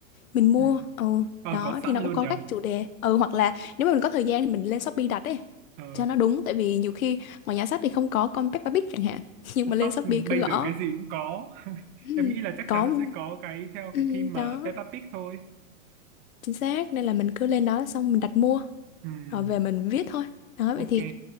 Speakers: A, on the left; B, on the right.
A: mình mua.
B: Ừ.
A: Ừ,
B: ờ
A: đó
B: có
A: thì
B: sẵn
A: nó
B: luôn
A: cũng có
B: nhờ
A: các chủ đề. Ừ, hoặc là nếu mà mình có thời gian thì mình lên Shopee đặt ấy,
B: ờ
A: cho nó đúng. Tại vì nhiều khi ngoài nhà sách thì không có con Peppa Pig chẳng hạn, <laughs> nhưng mà
B: shop
A: lên Shopee cứ
B: bây
A: gõ.
B: giờ cái gì cũng có <laughs>
A: Ừ,
B: em nghĩ là chắc
A: có,
B: chắn là sẽ có cái theo
A: ừ,
B: cái theme mà
A: đó,
B: Peppa Pig thôi
A: chính xác. Nên là mình cứ lên đó xong mình đặt mua.
B: Ừm,
A: rồi về mình viết thôi đó
B: ok
A: vậy thì